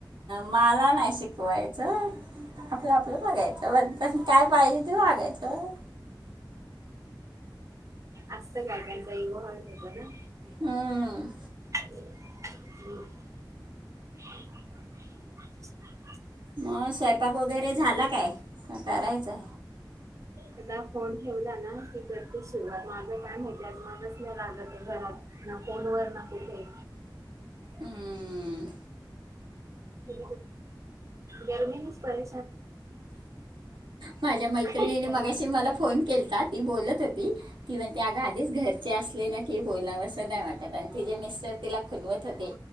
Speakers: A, on the right (about 75°); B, on the right (about 40°).
A: माला नाही शिकवायचं आपलं आपलं बघायचं फक्त काय पाहिजे ते मागायचं
B: असत काही काहि चा ईगो हर्ट होतो ना
A: हम्म
B: हम् <unintelligible>
A: मग स्वयंपाक वगैरे झाला काय करायचंय
B: तूझा फोन ठेवला ना की करते सुरुवात माझं काय माहिती आज मनच नाही लागलं ते घरात ना फोन वर ना कुठे
A: हम्म.
B: हो गरमी पर
A: माझ्या मैत्रिणीने
B: <unintelligible> ह नि <unintelligible>
A: मगाशी मला फोन केलती ती बोलत होती किंवा त्या आधीच घरचे असले ना की बोला अस नाही वाटत आणि ति जे मिस्टर तिला खुनवत होते